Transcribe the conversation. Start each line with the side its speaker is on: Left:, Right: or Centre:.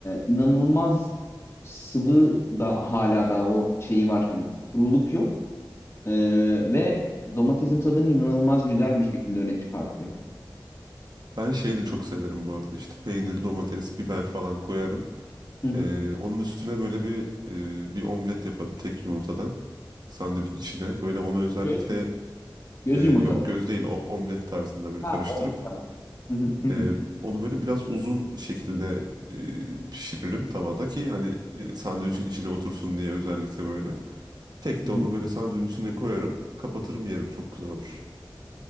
Left: inanılmaz sıvı da hala da o şeyi var hani kuruluk yok. E, ve domatesin tadını inanılmaz güzel bir şekilde öne çıkartıyor.
Right: Ben şeyi de çok severim bu arada işte peynir, domates, biber falan koyarım.
Left: Hı hı.
Right: E, onun üstüne böyle bir e, bir omlet yaparım tek yumurtadan sandviç içine. Böyle onu özellikle
Left: Göz mü? Göz
Right: e, yok
Left: yumurta mı?
Right: göz değil o, omlet tarzında böyle
Left: Ha
Right: karıştırıp
Left: omlet tamam. Hı hı, hı hı,
Right: Ee, onu böyle biraz uzun şekilde e, pişiririm tavada ki hani e, sandviçin içine otursun diye özellikle böyle. Tek
Left: hı
Right: de
Left: hı.
Right: onu böyle sandviçin içine koyarım, kapatırım yerim. Çok güzel olur.